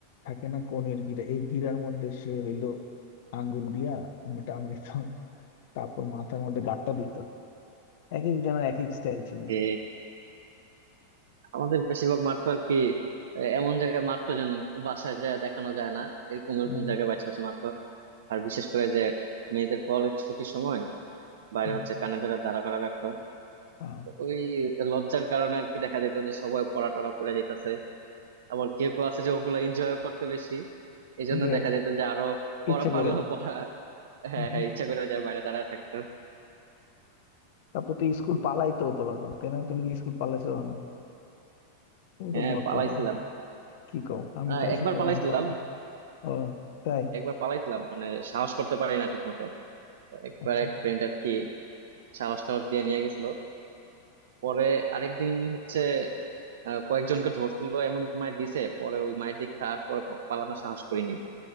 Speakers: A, on the left; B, on the right.
A: থাকে না কনের গিরা এই গিরার মধ্যে সে হইলো আঙ্গুল দিয়া টান দিত তারপর মাথার মধ্যে গাঁটটা দিত এক এক জনের এক এক স্টাইল ছিল
B: যে আমাদের বেশিরভাগ মারতো আর কি আহ, এমন জায়গায় মারতো যেন বাসায় যায় দেখানো যায় না এরকম এরকম
A: হম,
B: জায়গায় বাছে বাছে মারতো আর বিশেষ করে যে মেয়েদের কলেজ ছুটির সময় বাইরে
A: হম,
B: হচ্ছে কানে ধরে দাঁড়া করা রাখতো
A: আহ,
B: ওই লজ্জার কারণে আর কি দেখা যেত যে সবাই পড়া টরা পড়ে যেতেছে আবার কেউ কেউ আছে যে ওগুলা এনজয় করতে বেশি এই জন্য
A: যে
B: দেখা যেত যে আরো পড়া
A: ইচ্ছে
B: পারলেও
A: করে
B: পড়া হ্যাঁ
A: হম,
B: হ্যাঁ ইচ্ছা করে যায় বাইরে দাঁড়ায় থাকতো
A: তারপর তো স্কুল পালাইতো পোলাপান তাই না তুমি কি স্কুল পালাইছো না তুমি
B: হ্যাঁ
A: তো ভদ্র
B: পালাইছিলাম
A: মনে হয়। কি কও আমি
B: আহ,
A: তো আছি
B: একবার
A: তুমি
B: পালাইছিলাম
A: মনে পালাম ও তাই
B: একবার পালাইছিলাম মানে সাহস করতে পারি না ঠিক মতো একবার
A: আচ্ছা
B: এক ফ্রেন্ড আর কি সাহস টাহস দিয়ে নিয়ে গেছিল পরে আরেকদিন হচ্ছে আহ, কয়েকজনকে ধরছিল এমন মায়ের দিছে পরে ওই মায়ের দিক তারপরে পালানোর সাহস করিনি